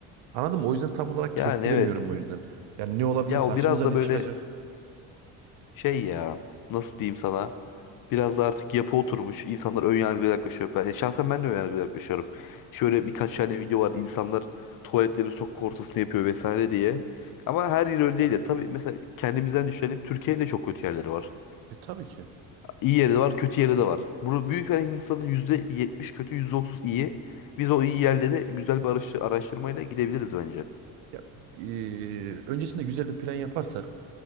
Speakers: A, on the right (about 75°); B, on the left (about 55°).
A: Anladın mı? O yüzden tam olarak
B: Yani
A: kestiremiyorum
B: evet.
A: o yüzden. Yani ne olabilir?
B: Ya
A: Karşımıza
B: o biraz da
A: ne
B: böyle
A: çıkacak?
B: şey ya. Nasıl diyeyim sana? Biraz da artık yapı oturmuş. İnsanlar ön yargılı yaklaşıyor. Ben, e, şahsen ben de ön yargılı yaklaşıyorum. Şöyle birkaç tane video var. İnsanlar tuvaletleri sokak ortasında yapıyor vesaire diye. Ama her yer öyle değildir. Tabii mesela kendimizden düşünelim. Türkiye'nin de çok kötü yerleri var.
A: E tabii ki.
B: İyi yeri de var, kötü yeri de var. Burada büyük bir Hindistan'ın %70 kötü, %30 iyi. Biz o iyi yerlere güzel bir araştı- araştırmayla gidebiliriz bence.
A: Ya, e, öncesinde güzel bir plan yaparsak